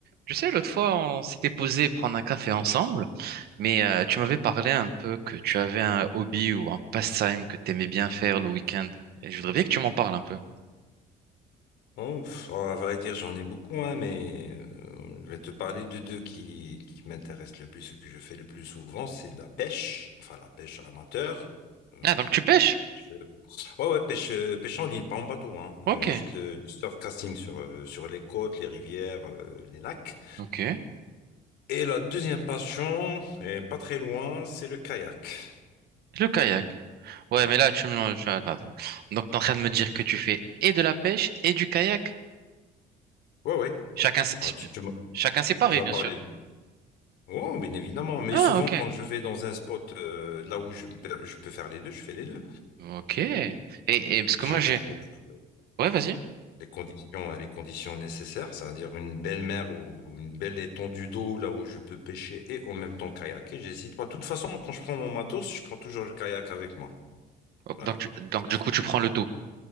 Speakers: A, on the right; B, on the left.
A: Tu sais, l'autre fois, on s'était posé prendre un café ensemble, mais euh, tu m'avais parlé un peu que tu avais un hobby ou un pastime que tu aimais bien faire le week-end. Et je voudrais bien que tu m'en parles un peu.
B: Oh, pff, à vrai dire, j'en ai beaucoup, hein, mais euh, je vais te parler de deux qui, qui m'intéressent le plus et que je fais le plus souvent, c'est la pêche, enfin la pêche amateur. Euh,
A: Ah, donc tu pêches?
B: pêche- ouais, ouais, pêche, euh, pêche en ligne, pas en bateau, hein,
A: Ok,
B: euh, juste le, du surfcasting sur, euh, sur les côtes, les rivières, euh, les lacs.
A: ok.
B: Et la deuxième passion, et pas très loin, c'est le kayak.
A: Le kayak. Ouais,
B: Ouais,
A: mais là, tu me... tu- Attends, attends. Donc, t'es en train de me dire que tu fais et de la pêche et du kayak.
B: ouais, ouais,
A: Chacun,
B: ouais.
A: sé-
B: Ah, tu, tu m'as
A: chacun séparé,
B: tu m'as
A: bien
B: parlé.
A: sûr.
B: Oh, bien évidemment. Mais
A: Ah,
B: souvent,
A: ok.
B: quand je vais dans un spot euh, là où je, peux je peux faire les deux, je fais les deux.
A: Ok. Et, et parce que
B: Si
A: moi,
B: Je trouve
A: j'ai...
B: euh,
A: Ouais, vas-y.
B: les conditions, les conditions nécessaires, c'est-à-dire une belle mer ou une belle étendue d'eau là où je peux pêcher et en même temps kayaker. J'hésite pas. De toute façon, quand je prends mon matos, je prends toujours le kayak avec moi.
A: Oh,
B: Voilà.
A: Donc, tu- donc, du coup, tu prends le tout.